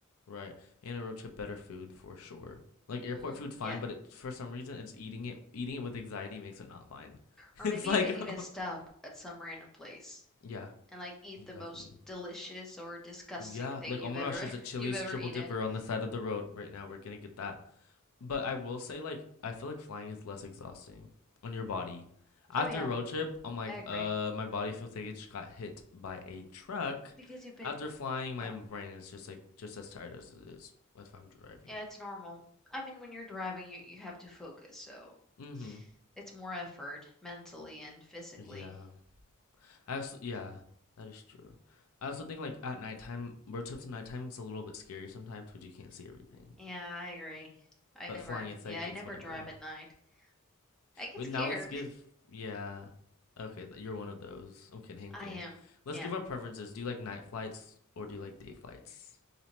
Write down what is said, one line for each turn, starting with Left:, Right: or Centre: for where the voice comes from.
Left: right, and a road trip better food for sure. Like airport
Centre: Mm,
Left: food, fine,
Centre: yeah.
Left: but it, for some reason, it's eating it eating it with anxiety makes it not fine. <laughs>
Centre: Or
Left: It's
Centre: maybe
Left: like,
Centre: you can even
Left: <laughs> oh my
Centre: stop
Left: God.
Centre: at some random place
Left: Yeah,
Centre: and like eat
Left: exactly.
Centre: the most delicious or disgusting
Left: Yeah,
Centre: thing
Left: like
Centre: you've
Left: oh my
Centre: ever
Left: gosh, there's a
Centre: <laughs>
Left: Chili's
Centre: you've ever
Left: triple
Centre: eaten.
Left: dipper on the side of the road right now. We're gonna get that. But I will say, like, I feel like flying is less exhausting on your body. After
Centre: Oh yeah,
Left: a road trip, I'm like,
Centre: I agree.
Left: uh, my body feels like it just got hit by a truck.
Centre: Because you've been
Left: After flying,
Centre: yeah,
Left: my brain is just like just as tired as it is if I'm driving.
Centre: yeah, it's normal. I mean, when you're driving, you you have to focus, so
Left: Mm-hmm.
Centre: It's more effort mentally and physically.
Left: Yeah. I also yeah, that is true. I also think like at nighttime, road trips at nighttime it's a little bit scary sometimes because you can't see everything.
Centre: Yeah, I agree. I
Left: But
Centre: never,
Left: flying, it's
Centre: yeah,
Left: like
Centre: I
Left: it's
Centre: never
Left: whatever.
Centre: drive at night. I get
Left: Wait,
Centre: scared.
Left: now let's give. Yeah. Okay, th- you're one of those. I'm
Centre: <laughs>
Left: kidding, I'm
Centre: I
Left: kidding.
Centre: am,
Left: Let's
Centre: yeah,
Left: give our preferences. Do you like night flights or do you like day flights?